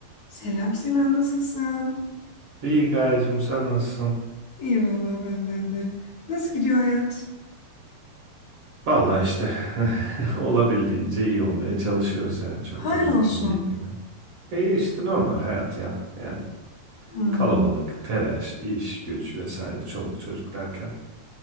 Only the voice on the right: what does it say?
İyi Gayecim sen nasılsın?
Vallahi işte <laughs> olabildiğince iyi olmaya çalışıyoruz yani çok
da mümkün
değil pek. ama. E işte normal hayat ya yani
kalabalık, telaş, iş, güç vesaire çoluk çocuk derken.